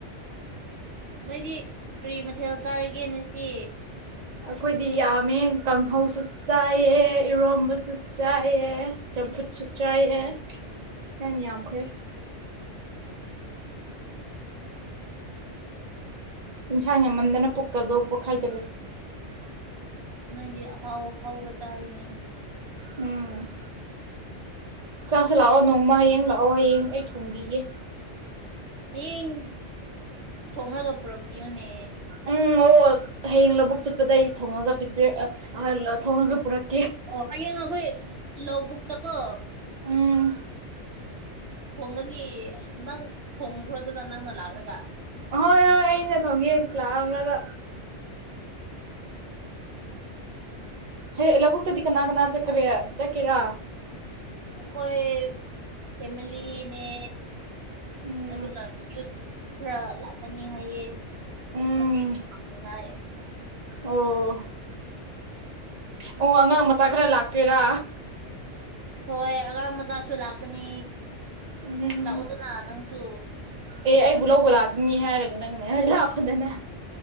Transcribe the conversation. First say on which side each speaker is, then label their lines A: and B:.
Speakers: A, on the right (about 60°); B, on the right (about 40°).
A: ꯅꯣꯏꯗꯤ ꯀꯔꯤ ꯃꯊꯦꯜ ꯆꯥꯔꯒꯦꯅꯦ ꯁꯤ
B: ꯑꯩꯈꯣꯏꯗꯤ ꯌꯥꯝꯃꯦ ꯀꯥꯡꯍꯧꯁꯨ ꯆꯥꯏꯌꯦ ꯏꯔꯣꯝꯕꯁꯨ ꯆꯥꯏꯑ ꯐꯨꯠꯁꯨ ꯆꯥꯏꯑꯦ ꯌꯥꯝꯅ ꯌꯥꯝꯈ꯭ꯔꯦ ꯏꯟꯁꯥꯡ ꯌꯥꯝꯃꯟꯗꯅ ꯄꯨꯛꯀꯗꯧ ꯄꯣꯛꯈꯥꯏꯗ꯭ꯔꯦ
A: ꯑ ꯅꯥꯏꯒꯤ ꯍꯥꯎ ꯍꯥꯎꯕ ꯆꯏꯅꯦ
B: ꯎꯝ ꯆꯥꯛꯁꯨ ꯂꯥꯛꯑꯣ ꯅꯣꯡꯃ ꯍꯌꯦꯡ ꯂꯥꯛꯑꯣ ꯍꯌꯦꯡ ꯑꯩ ꯊꯣꯡꯕꯤꯒꯦ
A: ꯍꯌꯦꯡ ꯊꯣꯡꯡꯂꯒ ꯄꯨꯔꯛꯄꯤꯌꯣꯅꯦ
B: ꯎꯝ ꯑꯣ ꯍꯌꯦꯡ ꯂꯧꯕꯨꯛ ꯆꯠꯄꯗ ꯑꯩ ꯊꯣꯡꯉꯒ ꯄ ꯊꯣꯡꯉꯒ ꯄꯨꯛ
A: ꯑꯣ ꯍꯌꯦꯡ ꯑꯩꯈꯣꯏ ꯂꯧꯕꯨꯛꯇꯀꯣ
B: ꯎꯝ
A: ꯊꯣꯡꯒꯅꯤ ꯅꯪ ꯊꯣꯡꯈ꯭ꯔꯣꯗꯅ ꯅꯪꯅ ꯂꯥꯛꯑꯒ
B: ꯍꯣꯏ ꯍꯣꯏ ꯑꯩꯅ ꯊꯝꯒꯦ ꯂꯥꯛꯑꯝꯂꯒ ꯍ ꯂꯧꯕꯨꯛꯇꯗꯤ ꯀꯅꯥ ꯀꯅꯥ ꯆꯠꯀ ꯆꯠꯀꯦꯔꯥ
A: ꯈꯣꯏ ꯐꯦꯃꯦꯂꯤ
B: ꯎꯝ
A: ꯑꯗꯨꯒ ꯌꯨꯠ ꯈꯔ ꯂꯥꯛꯀꯅꯤ ꯍꯥꯏꯌꯦ
B: ꯎꯝ
A: <unintelligible>
B: ꯑꯣ ꯑꯣ ꯑꯉꯥꯡ ꯃꯆꯥ ꯈꯔ ꯂꯥꯛꯀꯦꯔꯥ
A: ꯍꯣꯏ ꯑꯉꯥꯡ ꯃꯆꯥꯁꯨ ꯂꯥꯛꯀꯅꯤ
B: ꯎꯝ
A: ꯂꯥꯛꯑꯣꯗꯅ ꯅꯪꯁꯨ
B: ꯑꯦ ꯑꯩꯕꯨ ꯂꯧꯕ ꯂꯥꯛꯀꯅꯤ ꯍꯥꯏꯔꯒ ꯅꯪꯅ ꯂꯥꯛꯄꯗꯅ